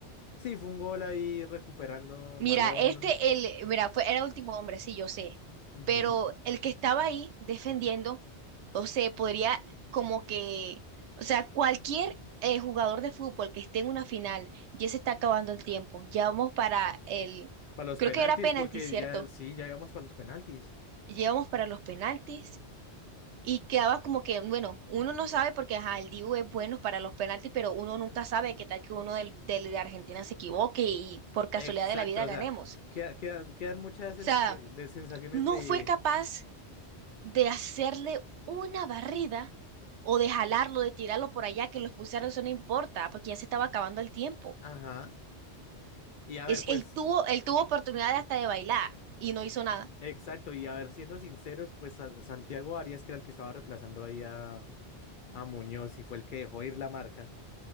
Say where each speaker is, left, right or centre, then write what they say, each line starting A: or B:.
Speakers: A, on the left; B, on the right.
A: Sí, fue un gol ahí recuperando
B: Mira,
A: balón.
B: este, el, mira, fue, era último hombre, sí, yo sé,
A: Ujú.
B: pero el que estaba ahí defendiendo, o sea, podría como que, o sea, cualquier eh, jugador de fútbol que esté en una final, ya se está acabando el tiempo, ya vamos para el,
A: Para los
B: creo
A: penaltis,
B: que era penalti,
A: porque
B: ¿cierto?
A: ya, sí, ya íbamos para los penaltis.
B: Llevamos para los penaltis y quedaba como que, bueno, uno no sabe porque, ajá, el Dibu es bueno para los penaltis, pero uno nunca sabe qué tal que uno del, del- de Argentina se equivoque y por casualidad
A: Exacto,
B: de la vida
A: o
B: ganemos.
A: sea, queda- queda- quedan muchas
B: O
A: sensación-
B: sea...
A: de sensaciones
B: no
A: de...
B: fue capaz de hacerle una barrida o de jalarlo, de tirarlo por allá, que los pulsaron, eso no importa, porque ya se estaba acabando el tiempo.
A: Ajá. Y a
B: Es,
A: ver, pues,
B: él tuvo, él tuvo oportunidad hasta de bailar y no hizo nada.
A: exacto, y a ver, siendo sinceros, pues Sa- Santiago Arias, que era el que estaba reemplazando ahí a, a Muñoz y fue el que dejó ir la marca.